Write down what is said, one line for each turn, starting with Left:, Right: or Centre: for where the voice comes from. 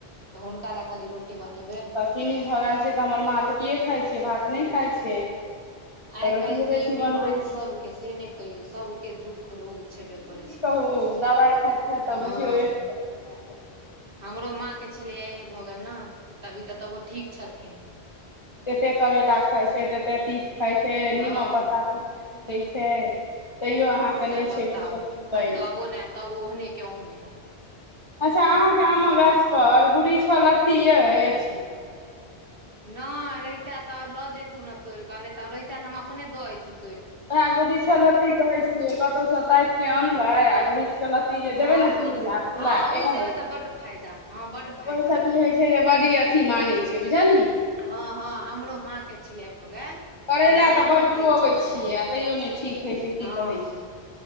Right: तऽ हुनका लए खाली रोटी बनेबै
Left: चिन्नी भऽ गैल छै तऽ हमर माँ रोटिे खाइ छै भात नहि खाइ छै
Right: आइ
Left: तऽ रोटियो
Right: काल्हि
Left: बेसी
Right: ई बिमारी
Left: बनबै छियै
Right: सबके से नय कहियो सबके दुःख रोग छेबे करै
Left: की
Right: छै
Left: कहू दबाई खाइत खाइत तऽ
Right: हँ
Left: बुझियौ एक छथिन भएल
Right: हमरो माँके छलैए एहे भऽ गैल न तभी तऽ तबो ठीक छथिन
Left: तेते करैला खाइत छै ततेक तीित खाइत छै
Right: हँ
Left: निीमक पत्ता पीस कऽ पी लैत छै तैओ अहाँके
Right: से
Left: नय
Right: बताउ
Left: छै किछो सुनबै
Right: आ
Left: नहि
Right: तबो ने तब ओहने के ओहने
Left: अच्छा अहाँके आमक गाछपर गुड़ी छ लत्ती अछि
Right: नइ रहिता तऽ लऽ जैतू ने तोड़ि कऽ नहि तऽ ओ रहिता तऽ हम अपने दऽ ऐतु
Left: ओहे गुरुछक लत्ती कहे छियै
Right: पर
Left: कतहु से ताक के अनबै आ गुरछ क लत्ती जे
Right: हँ
Left: देबे ने
Right: हँ
Left: त फुला
Right: हँ
Left: के
Right: ओ देबै तऽ बड्ड फायदा हँ बड्ड फायदा
Left: ओहिस
Right: करतै
Left: की होइ छै जे बडी अथी मानै छै बुझलियै
Right: हँ हँ हमरो माँ के छलै य भऽ गेल तऽ
Left: करैला
Right: हमरो माँ
Left: तऽ बड्ड
Right: उएह पियै
Left: खुअबै
Right: छलखिन
Left: छियै
Right: हेँ
Left: आ तैयो नय ठीक होइ छै
Right: हँ
Left: की कहै छै